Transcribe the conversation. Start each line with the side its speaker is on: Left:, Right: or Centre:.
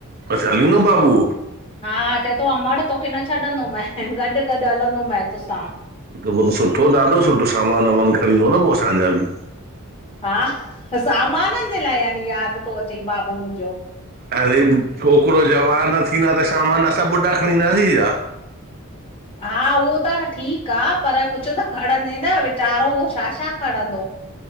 Right: अच्छा हलंदो बाबू?
Left: हा चए थो अमड़ तोखे न छॾंदो मय, गॾु गॾु हलंदो मय तोसां।
Right: हिकु पोइो त सुठो ॾाढो सुठो सामानु वामानु खणींदो न पोइ असांजा बि।
Left: हा त सामाननि जे लाइ यानी यादि थो अचे बाबू मुंहिंजो?
Right: अरे छोकिरो जवान थींदा त सामान असां ॿुढा खणी ईंदासीं छा?
Left: हा उहो त ठीकु आहे पर कुझु त खणंदे न? वीचारो उहो छा छा खणंदो?